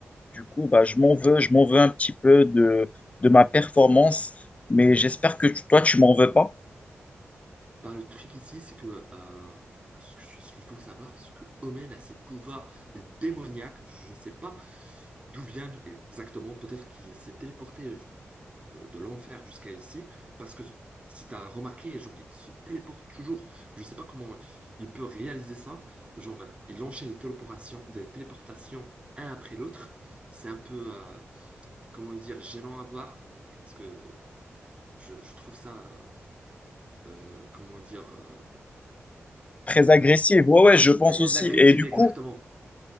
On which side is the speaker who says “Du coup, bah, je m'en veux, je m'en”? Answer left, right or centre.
Left